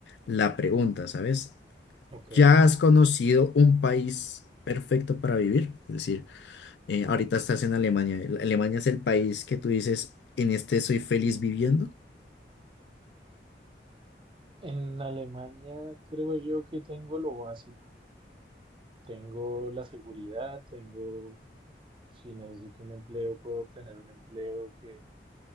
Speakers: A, on the left; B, on the right.
A: la pregunta, ¿sabes?
B: Ok.
A: ¿Ya has conocido un país perfecto para vivir? Es decir, eh, ahorita estás en Alemania. el- Alemania es el país que tú dices, en este soy feliz viviendo.
B: En Alemania creo yo que tengo lo básico. Tengo la seguridad, tengo, si necesito un empleo, puedo obtener un empleo que